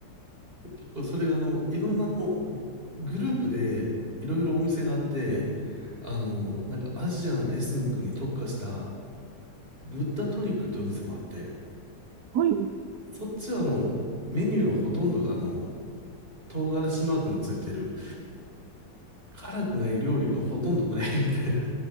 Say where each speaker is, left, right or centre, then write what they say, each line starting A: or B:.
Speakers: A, on the right; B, on the right.
A: 結構それがあの、いろんなあの
B: <laughs>
A: グループでいろいろお店があって、あの、なんかアジアンエスニックに特化したブッダトリックってお店もあって、
B: はい。
A: そっちはあの、メニューのほとんどがあの、唐辛子マークのついてる、辛くない料理がほとんどないみたいな。